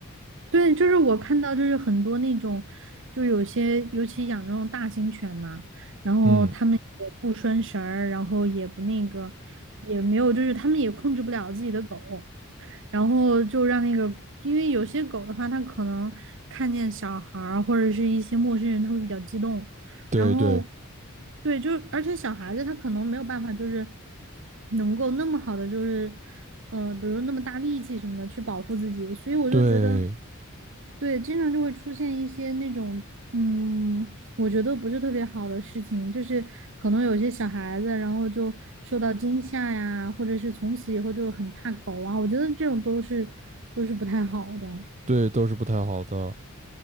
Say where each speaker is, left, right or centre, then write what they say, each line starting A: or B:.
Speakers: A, on the right; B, on the right.
A: 对，就是我看到就是很多那种，就有些尤其养这种大型犬嘛，然后他们也不拴绳儿，
B: 嗯，
A: 然后也不那个，也没有，就是他们也控制不了自己的狗。然后就让那个，因为有些狗的话，它可能看见小孩儿或者是一些陌生人，它会比较激动。
B: 对对
A: 然后，对，就而且小孩子他可能没有办法，就是能够那么好的，就是呃，比如那么大力气什么的去保护自己，所以我就觉得，
B: 对。
A: 对，经常就会出现一些那种，嗯，我觉得不是特别好的事情，就是可能有些小孩子，然后就受到惊吓呀，或者是从此以后就是很怕狗啊，我觉得这种都是都是不太好的。
B: 对，都是不太好的，